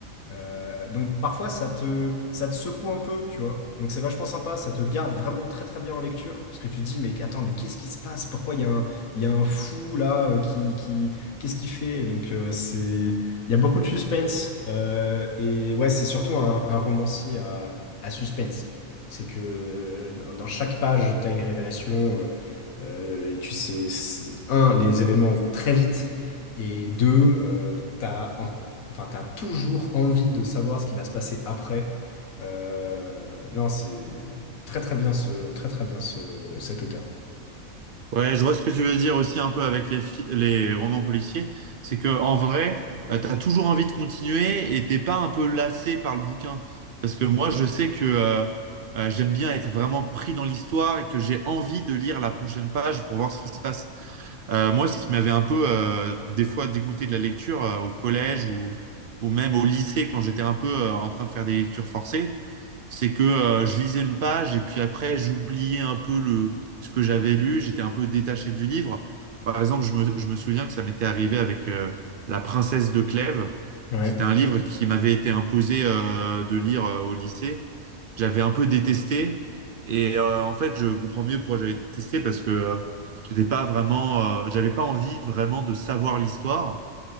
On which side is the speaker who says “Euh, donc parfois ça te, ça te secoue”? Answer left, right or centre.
Left